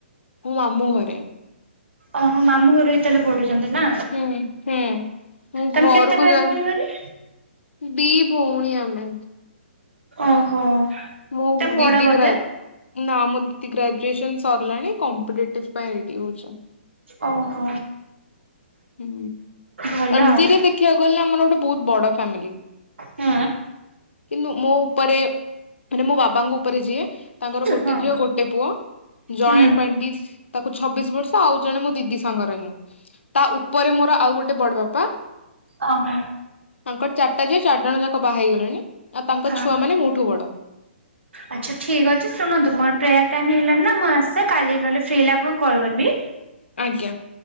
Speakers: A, on the left; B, on the right.
A: ମୁଁ ମାମୁଁ ଘରେ।
B: ଆଃହଁ ମାମୁଁ ଘର ଏ ତାଲେ ପଢୁଛନ୍ତି ନା।
A: ହୁଁ ହୁଁ ମୁଁ
B: ତମେ
A: ଘରକୁ
B: କେତେ ଭାଇ
A: ଯାଇ
B: ଭଉଣୀ ଘରେ?
A: ଦି ଭଉଣୀ ଆମେ
B: ଓହୋ।
A: ମୁଁ
B: ତମେ
A: ଦିଦି
B: ବଡ ବୋଧେ
A: ଗ୍ରା ନା ମୋଦି ଗ୍ରାଜୁଏସନ ସରିଲାଣି କମ୍ପିଟେଟିଭ ପାଇଁ ରେଡି ହଉଛି।
B: ଓହୋ।
A: ହୁଁ
B: ଭଲ
A: ଏମିତିରେ
B: ଆଉ।
A: ଦେଖିବାକୁ ଗଲେ ଆମର ଗୋଟେ ବହୁତ ବଡ ଫ୍ୟାମିଲି।
B: ହୁଁ
A: କିନ୍ତୁ ମୋ ଉପରେ ମାନେ ମୋ ବାବାଙ୍କ ଉପରେ ଯିଏ ତାଙ୍କର ଗୋଟେ
B: ହଁ
A: ଝିଅ ଗୋଟେ ପୁଅ ଜଣେ
B: ହୁଁ
A: ଟ୍ୱେଣ୍ଟି ତାକୁ ଛବିଶ ବର୍ଷ ଆଉ ଜଣେ ମୋ ଦିଦି ସାଙ୍ଗର ହିଁ ତା ଉପରେ ମୋର ଆଉ ଗୋଟେ ଏ ବଡ଼ବାପା
B: ଆଃହଁ
A: ତାଙ୍କର ଚାରିଟା ଝିଅ ଚାରିଜଣ ଯାକ ବାହା ହେଇଗଲେଣି ଆଉ ତାଙ୍କ
B: ହଁ।
A: ଛୁଆ ମାନେ ମୋଠୁ ବଡ।
B: ଆଚ୍ଛା ଠିକ୍ ଅଛି ଶୁଣନ୍ତୁ ମୋର ପ୍ରୟ ଟାଇମ ହେଇଗଲାଣି ନା ମୁଁ ଆସିଲା କାଲି ନହେଲେ ଫ୍ରି ହେଲେ ଆପଣଙ୍କୁ କଲ୍ କରିବି।
A: ଆଜ୍ଞା